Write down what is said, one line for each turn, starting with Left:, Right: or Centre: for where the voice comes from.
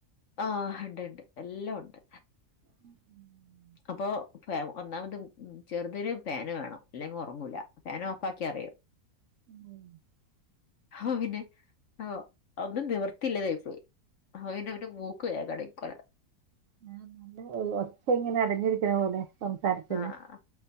Left: ആഹ് ഉണ്ട് ഉണ്ട് എല്ലാം ഉണ്ട്.
Right: <inaudible>
Left: അപ്പൊ. ഒന്നാമത് ചെറുതന് ഫാന് വേണം അല്ലെങ്കിൽ ഉറങ്ങൂല ഫാന് ഓഫ് ആാക്കി അറിയാ
Right: <inaudible>
Left: ആഹ് പിന്നെ ആ ഒന്നും നിവർത്തില്ലതായിപ്പോയി. <unintelligible> മൂക്ക് എകട കൊ......
Right: ആ നല്ല ഒച്ച ഇങ്ങനെ അടഞ്ഞിരിക്കണ പോലെ സംസാരത്തില്...,
Left: ആഹ്